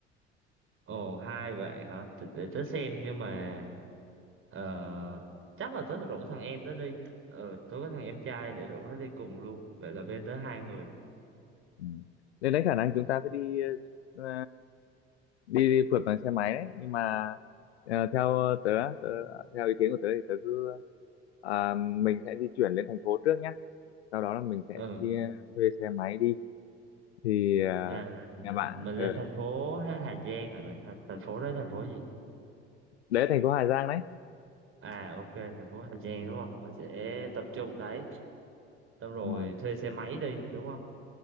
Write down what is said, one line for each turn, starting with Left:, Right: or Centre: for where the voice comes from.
Right: ồ hai bạn hả T- để tớ xem nhưng mà ờ, chắc là tớ rủ thằng em tớ đi ừ tớ có thằng em trai để rủ nó đi cùng luôn vậy là bên tớ hai người
Left: ừ. nên đấy khả năng chúng ta sẽ đi ờ, đi, đi phượt bằng xe máy đấy nhưng mà ờ, theo tớ, tớ theo ý kiến của tớ thì tớ cứ à, mình sẽ di chuyển lên thành phố trước nhé sau đó là mình sẽ
Right: ừ
Left: chia thuê xe máy đi thì à,
Right: à,
Left: nhà bạn
Right: mình
Left: ở
Right: lên thành phố Hà Hà Giang hả mày Hà- thành phố đó thành phố gì
Left: đấy thành phố Hà Giang đấy
Right: à ok thành phố Hà Giang đúng không mình sẽ tập trung đấy xong rồi
Left: đúng rồi
Right: thuê xe máy đi đúng không